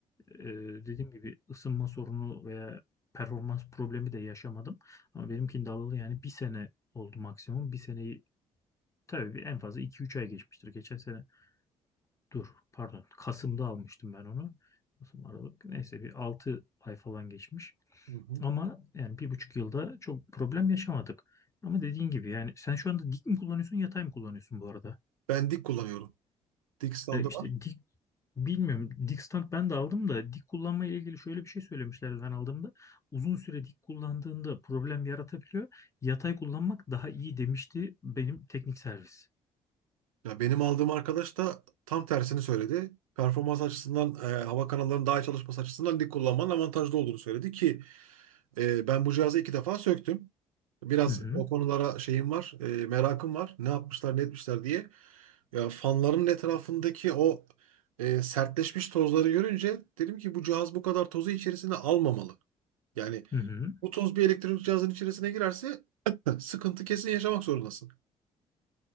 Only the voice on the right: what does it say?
Hı hı.
Ben dik kullanıyorum. Dik standı
var.
Ya benim aldığım arkadaş da tam tersini söyledi. Performans açısından, e, hava kanallarının daha iyi çalışması açısından dik kullanmanın avantajlı olduğunu söyledi ki e, ben bu cihazı iki defa söktüm. Biraz
o konulara şeyim var, e, merakım var. Ne yapmışlar, ne etmişler diye. Ya fanların etrafındaki o e, sertleşmiş tozları görünce dedim ki bu cihaz bu kadar tozu içerisine almamalı. Yani
bu toz bir elektronik cihazın içerisine girerse <laughs> sıkıntı kesin yaşamak zorundasın.